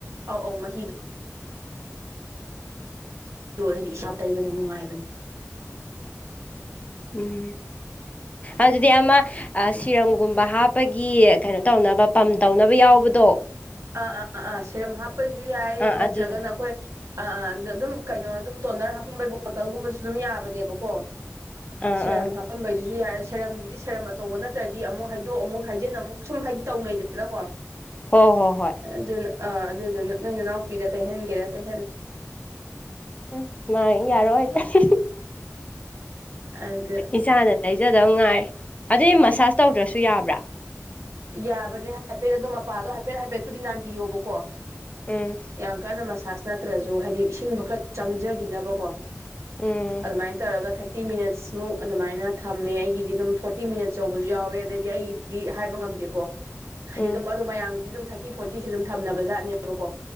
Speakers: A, on the right; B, on the left.
A: ꯑꯧ ꯑꯧ ꯃꯍꯤ ꯇꯣ ꯑꯩꯗꯤ ꯏꯁꯥ ꯇꯩꯕꯅ ꯅꯨꯡꯉꯥꯏꯕꯅꯤ
B: ꯎꯝ ꯑꯗꯨꯗꯤ ꯑꯃ ꯑꯥ
A: ꯑꯗꯨꯅ
B: ꯁꯤꯔꯝꯒꯨꯝꯕ ꯍꯥꯞꯄꯒꯤ ꯀꯩꯅꯣ ꯇꯧꯅꯕ ꯄꯝ ꯇꯧꯅꯕ ꯌꯥꯎꯕꯗꯣ
A: ꯑ ꯑꯥ ꯑ ꯑꯥ ꯁꯤꯔꯝ ꯍꯥꯞꯄꯩꯖꯨ ꯌꯥꯏ
B: ꯑꯥ
A: ꯅꯠꯇ꯭ꯔꯒꯅ
B: ꯑꯗꯨꯗ
A: ꯑꯈꯣꯏ ꯑ ꯑꯥ ꯑꯗꯨꯝ ꯀꯩꯅꯣ ꯑꯗꯨꯝ ꯇꯣꯅꯔ ꯍꯥꯞꯄꯝꯕꯩ ꯕꯣꯇꯜꯒꯨꯝꯕꯁꯨ ꯗꯨꯝ ꯌꯥꯕꯅꯦꯕꯀꯣ
B: ꯑꯥ
A: ꯁ‌ꯦꯔꯝ
B: ꯑꯥ
A: ꯍꯥꯞ ꯄꯝꯕꯩꯗꯨꯁꯨ ꯌꯥꯏ ꯁꯦꯔꯝꯒꯤꯗꯤ ꯁꯦꯔꯝ ꯑꯆꯧꯕ ꯅꯠꯇ꯭ꯔꯗꯤ ꯑꯃꯨꯛ ꯍꯩꯗꯣꯛ ꯑꯃꯨꯛ ꯍꯩꯖꯤꯟ ꯑꯃꯨꯛ ꯁꯨꯝ ꯍꯥꯏꯗꯤ ꯇꯧꯅꯩꯗꯅꯀꯣ
B: ꯍꯣ ꯍꯣ ꯍꯣꯏ
A: ꯑꯗꯨꯅ ꯑ ꯑꯗꯨꯗꯨꯅ ꯅꯣꯏ ꯅꯅꯥꯎꯄꯤꯗ ꯇꯩꯍꯟꯒꯦꯔꯥ ꯇꯩꯍꯜꯂꯨ
B: ꯎꯝ ꯃꯥ <unintelligible> ꯌꯥꯔꯛ ꯑꯣꯏ
A: ꯑꯗ
B: ꯏꯆꯥꯅ ꯇꯩꯖꯗꯧ ꯉꯥꯏꯔ‌ꯦ ꯑꯗꯨꯏ ꯃꯁꯥꯥꯁ ꯇꯧꯗ꯭ꯔꯁꯨ ꯌꯥꯕ꯭ꯔꯥ
A: ꯌꯥꯕꯅꯦ ꯍꯥꯏꯐꯦꯠ ꯑꯗꯨꯝ ꯃꯄꯥꯗꯣ ꯍꯥꯏꯐꯦꯠ ꯍꯥꯏꯐꯦꯠꯄꯨꯗꯤ ꯅꯥꯟꯕꯤꯌꯣꯕꯀꯣ
B: ꯎꯝ
A: ꯌꯥꯝ ꯀꯟꯅ ꯃꯁꯥꯁ ꯅꯠꯇ꯭ꯔꯁꯨ ꯍꯥꯏꯗꯤ ꯏꯁꯤꯡꯗꯣ ꯈꯔ ꯆꯪꯖꯒꯤꯅꯕꯀꯣ
B: ꯎꯝ
A: ꯑꯗꯨꯃꯥꯏꯅ ꯇꯧꯔꯒ ꯊꯔ ꯇꯤ ꯃꯤꯅꯠꯁꯃꯨꯛ ꯑꯗꯨꯃꯥꯏꯅ ꯊꯝꯃꯦ ꯑꯩꯒꯤꯗꯤ ꯑꯗꯨꯝ ꯐꯣꯔꯇꯤ ꯃꯤꯅꯠꯁ ꯌꯧꯕꯁꯨ ꯌꯥꯎꯋꯦ ꯑꯗꯩꯗꯤ ꯑꯩꯒꯤꯗꯤ ꯍꯥꯏꯕ ꯉꯝ ꯀꯣ ꯍꯥꯏꯗꯤ
B: ꯎꯝ
A: ꯗꯨꯝ ꯑꯗꯨ ꯃꯌꯥꯝꯒꯤꯗꯤ ꯑꯗꯨꯝ ꯊꯥꯔꯇꯤ ꯐꯣꯔꯇꯤꯁ‌ꯦ ꯗꯨꯝ ꯊꯝꯅꯕꯖꯥꯠꯅꯦꯕꯀꯣ